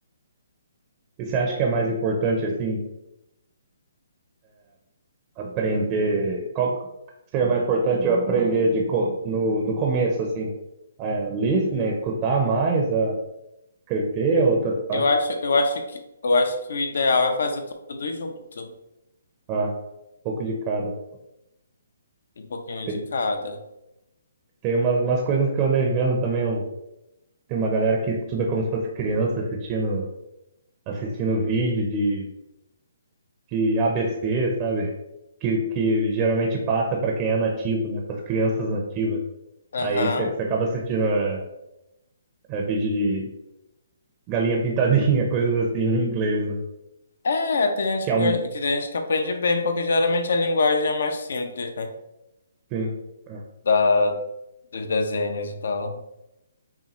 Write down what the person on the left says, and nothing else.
Eu acho, eu acho que, eu acho que o ideal é fazer tudo junto,
um pouquinho
de cada.
Aham.
É, tem gente
que,
gosta- que tem gente que aprende bem, porque geralmente a linguagem é mais simples, né?
Da, dos desenhos e tal.